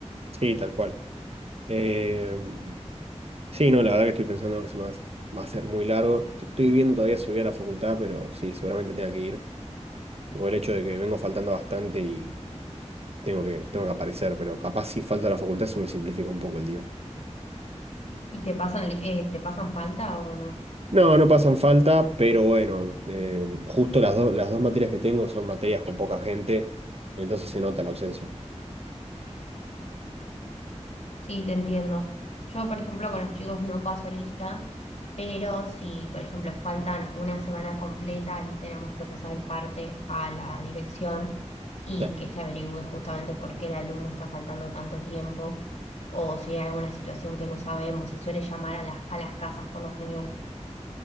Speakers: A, on the right; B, on the left.
A: Sí, tal cual. Em, Sí, no, la verdad que estoy pensando que se me va va a ser muy largo. T- Estoy viendo todavía si voy a la facultad, pero sí, seguramente tenga que ir. Por el hecho de que vengo faltando bastante y tengo que, tengo que aparecer, pero capaz si falta a la facultad se me simplifica un poco el día.
B: ¿Y te pasan, li- eh, te pasan falta o no?
A: No, no pasan falta, pero bueno, eh, justo las, do- las dos materias que tengo son materias con poca gente, entonces se nota la ausencia.
B: Sí, te entiendo. Yo, por ejemplo, con los chicos no paso lista, pero si, por ejemplo, faltan una semana completa, ahí tenemos que pasar el parte a la dirección y
A: Ya,
B: que se averigüe justamente por qué el alumno está faltando tanto tiempo o si hay alguna situación que no sabemos. Se suele llamar a las, a las casas por lo general.